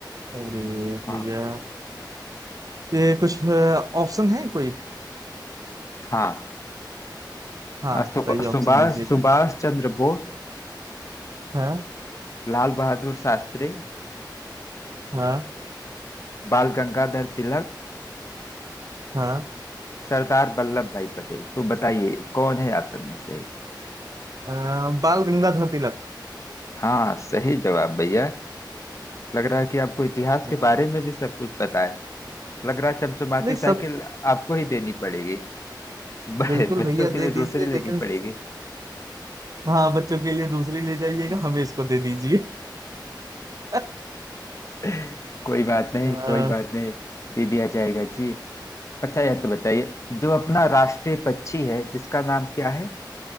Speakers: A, on the right; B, on the left.
A: अरे
B: हाँ
A: भैया ये कुछ ऑप्शन है कोई
B: हाँ
A: हाँ
B: अ, सुब-
A: बताइए ऑप्शन
B: सुभाष
A: दीजिएगा
B: सुभाष चंद्र बोस
A: हाँ
B: लाल बहादुर शास्त्री
A: हाँ
B: बाल गंगाधर तिलक
A: हाँ
B: सरदार वल्लभ भाई पटेल तो बताइए कौन है ऑप्शन में से
A: अ, बाल गंगाधर तिलक
B: हाँ सही जवाब भैया लग रहा है कि आपको इतिहास के
A: हाँ
B: बारे में भी सब कुछ पता है लग रहा है चमचमाती
A: नहीं सब
B: साइकिल आपको ही देनी पड़ेगी ब-
A: बिल्कुल
B: बच्चों
A: भैया
B: के लिए
A: दे दीजिए
B: दूसरी लेनी
A: लेकिन
B: पड़ेगी
A: हाँ बच्चों के लिए दूसरी ले जाइएगा
B: हम्म।
A: हमें इसको दे दीजिए <laughs> अ,
B: <laughs> कोई बात नहीं
A: अ,
B: कोई बात नहीं दे दिया जाएगा जी अच्छा यह तो बताइए जो अपना राष्ट्रीय पक्षी है जिसका नाम क्या है